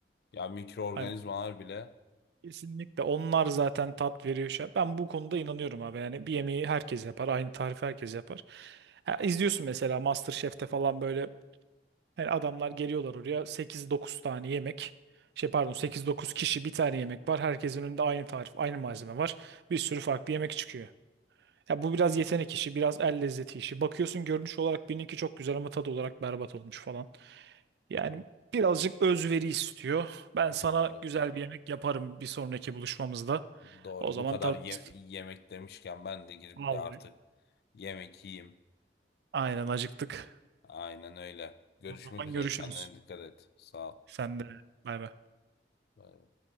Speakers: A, on the left; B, on the right.
A: Ya mikroorganizmalar
B: Hani
A: bile
B: kesinlikle onlar zaten tat veriyor. şey- Ben bu konuda inanıyorum abi yani bir yemeği herkes yapar. Aynı tarifi herkes yapar. Ya izliyorsun mesela MasterChef'te falan böyle yani adamlar geliyorlar oraya sekiz dokuz tane yemek. Şey pardon sekiz
A: Hı
B: dokuz
A: hı.
B: kişi bir tane yemek var. Herkesin önünde aynı tarif, aynı malzeme var. Bir sürü farklı yemek çıkıyor. Ya bu biraz yetenek işi, biraz el lezzeti işi. Bakıyorsun görünüş olarak birininki çok güzel ama tadı olarak berbat olmuş falan. Yani
A: Hı hı.
B: birazcık özveri istiyor. Ben sana
A: Doğru.
B: güzel bir yemek yaparım bir sonraki buluşmamızda.
A: Doğru.
B: O zaman
A: Bu kadar
B: tadırız.
A: ye- yemek demişken ben de gidip
B: Vallahi.
A: bir artık yemek yiyeyim.
B: Aynen acıktık.
A: Aynen öyle. Görüşmek
B: O zaman
A: üzere.
B: görüşürüz.
A: Kendine dikkat et. Sağ ol.
B: Sen de bay bay.
A: Bay bay.